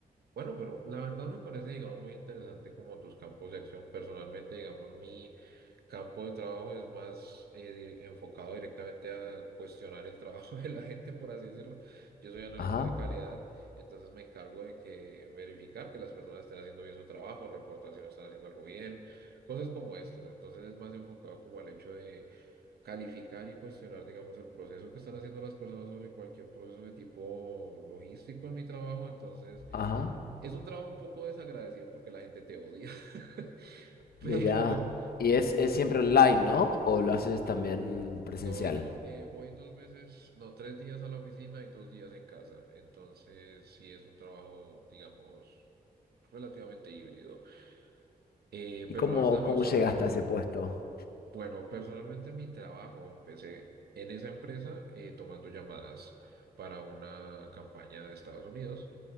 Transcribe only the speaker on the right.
Bueno, pero la verdad me parece, digamos, muy interesante como tus campos de acción. Personalmente, digamos, mi campo de trabajo es más eh, di- enfocado directamente a cuestionar el trabajo <laughs> de la gente, por así decirlo. Yo soy analista
de calidad, entonces me encargo de que verificar que las personas estén haciendo bien su trabajo, reportar si no están haciendo algo bien, cosas como estas. Entonces es más enfocado como al hecho calificar y cuestionar, digamos, el proceso que están haciendo las personas sobre cualquier proceso de tipo logístico en mi trabajo. Entonces,
es un trabajo un poco desagradecido porque la gente te odia. <laughs> Pero
no, tengo, eh, voy dos veces, no, tres días a la oficina y dos días en casa. Entonces, sí es un trabajo, digamos, relativamente híbrido. Eh,
pero
la verdad me
gusta
mucho.
Bueno, personalmente mi trabajo empecé en esa empresa eh, tomando llamadas para una campaña de Estados Unidos